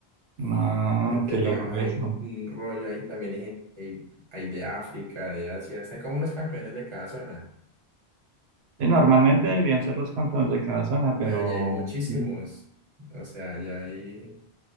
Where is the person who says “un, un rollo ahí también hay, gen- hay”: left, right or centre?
Right